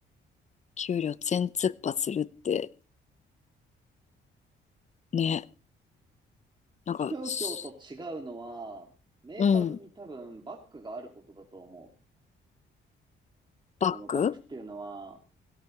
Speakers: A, on the left (about 35°); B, on the right (about 20°).
A: 給料全突破するってね、なんか、
B: 宗教と違うのは、
A: す
B: 明確に多分バックがあることだと思う。
A: うん、バック
B: そのバックっていうのは、